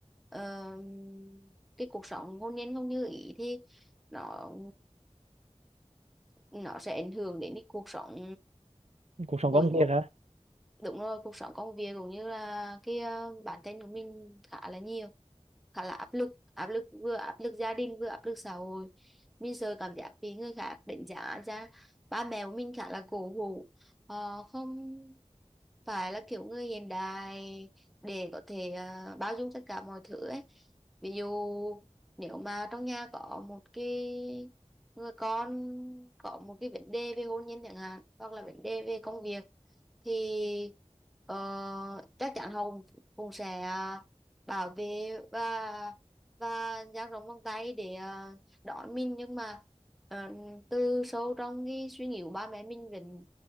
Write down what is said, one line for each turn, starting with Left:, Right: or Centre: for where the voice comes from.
Centre: ờ, cái cuộc sống hôn nhân không như ý thì nó nó sẽ ảnh hưởng đến cái cuộc sống
Right: cuộc sống
Centre: của
Right: công việc hả
Centre: đúng rồi cuộc sống công việc cũng như là cái ờ, bản thân của mình khá là nhiều khá là áp lực áp lực vừa áp lực gia đình vừa áp lực xã hội mình sợ cảm giác bị người khác đánh giá ra ba mẹ của mình khá là cổ hủ họ không phải là kiểu người hiện đại để có thể ờ, bao dung tất cả mọi thứ ấy ví dụ nếu mà trong nhà có một cái người con có một cái vấn đề về hôn nhân chẳng hạn hoặc là vấn đề về công việc thì ờ, chắc chắn họ cũng, cũng sẽ ờ, bảo vệ và và dang rộng vòng tay để ờ, đón mình nhưng mà ờ, từ sâu trong cái suy nghĩ của ba mẹ mình vẫn